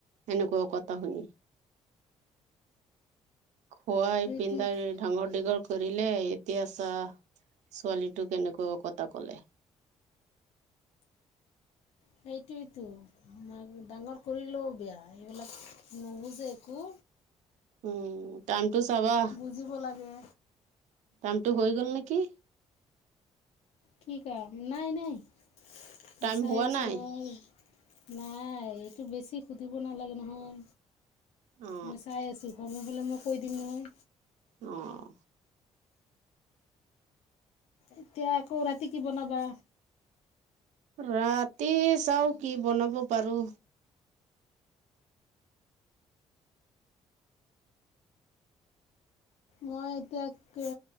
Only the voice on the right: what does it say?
এনেকুৱা কথা শুনি। খোৱাই
পিন্ধাই ডাঙৰ দীঘল কৰিলে এতিয়া চা- ছোৱালীটোক কেনেকুৱা কটা ক'লে। <inaudible>
উম, টাইমটো চাবা।
কামটো হৈ গ'ল নেকি?
টাইম
হোৱা
নাই
অ
অহ
ৰাতি চাও কি বনাব পাৰো।